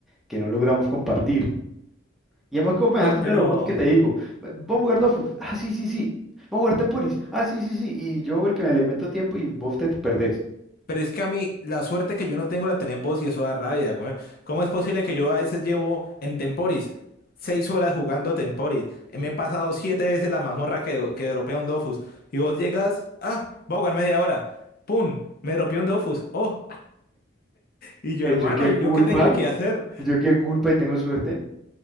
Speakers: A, in the centre; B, on the left (about 50°).
A: que no logramos compartir. Y además, como me dejaste
B: No, pero,
A: ir a los juegos que te digo, "Va- vamos a jugar Dofus, ah, sí, sí, sí, vamos a jugar Temporis, ah, sí, sí, sí, y yo el que me le meto tiempo y vos te perdés.
B: pero es que a mí la suerte que yo no tengo la tenés vos y eso da rabia, güey. ¿Cómo es posible que yo a veces llevo en Temporis seis horas jugando Temporis? Eh, Me he pasado siete veces la mazmorra que, que dropea un Dofus. Y vos llegas, ah, voy a jugar media hora. ¡Pum! Me dropeó un Dofus. ¡Oh! Y yo,
A: Pues
B: hermano,
A: yo qué
B: ¿y
A: culpa,
B: yo qué tengo que hacer?
A: yo qué culpa y tengo suerte.